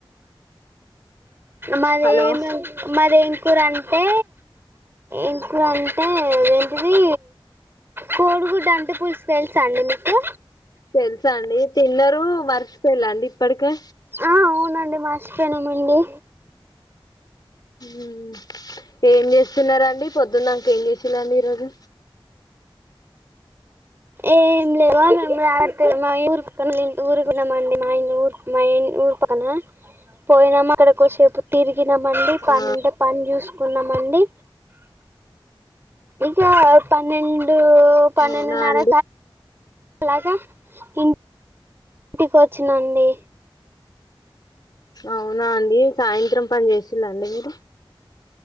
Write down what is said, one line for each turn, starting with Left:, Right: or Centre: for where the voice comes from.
Right: మరేమి
Left: హలో
Right: మరేం కూర అంటే ఇంకా అంటే అదేంటిది కోడిగుడ్డుంటే పులుసు తెలుసా అండి మీకు
Left: తెలుసా అండి తిన్నరు మర్చిపోళ్ళండి ఇప్పటికే
Right: ఆ అవునండి మర్చిపోయినమండి
Left: ఉమ్ ఏం చేస్తున్నారండి పొద్దున్నక ఏం చేసలాండి ఈరోజు
Right: ఏం లేదు మేము రాత్రి మా ఊరు ఇంటి ఊరుపోయిన్నామ్ అండి మా ఇ ఊన్ మా ఇన్ ఊర్ పన పోయినామా అక్కడి కొసేపు తిరిగినమండి పని
Left: ఆ
Right: ఉంటే పని చూసు కున్నామండి ఇక పన్నెండు పన్నెండున్నర
Left: అవునా అండి
Right: అలాగా ఇన్ ఇంటికి వచ్చినండి
Left: అవునా అండి సాయంత్రం పని చేసిళండి మీరు